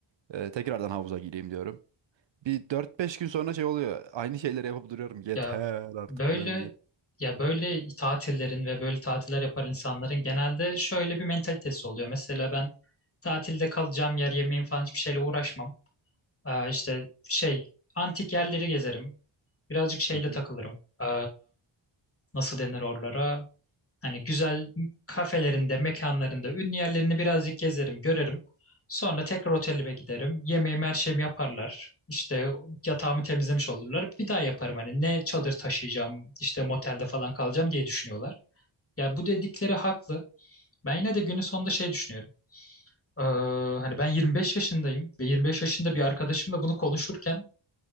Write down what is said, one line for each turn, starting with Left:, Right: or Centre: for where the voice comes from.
Right: E, tekrardan havuza gireyim diyorum. Bir dört beş gün sonra şey oluyor. Aynı şeyleri yapıp duruyorum. Yeter
Left: Ya
Right: artık
Left: böyle
Right: filan diye.
Left: ya böyle tatillerin ve böyle tatiller yapar insanların genelde şöyle bir mentalitesi oluyor. Mesela ben tatilde kalacağım yer yemeğim falan hiçbir şeyle uğraşmam. Ee, işte şey antik yerleri gezerim. Birazcık şeyde
Right: Hı. <laughs>
Left: takılırım. Ee, nasıl denir oralara? Hani güzel kafelerinde, mekanlarında, ünlü yerlerini birazcık gezerim, görerim. Sonra tekrar otelime giderim. Yemeğimi her şeyimi yaparlar. İşte yatağımı temizlemiş olurlar. Bir daha yaparım hani ne çadır taşıyacağım, işte motelde falan kalacağım diye düşünüyorlar. Ya bu dedikleri haklı. Ben yine de günün sonunda şey düşünüyorum. Ee, hani ben 25 yaşındayım ve 25 yaşında bir arkadaşımla bunu konuşurken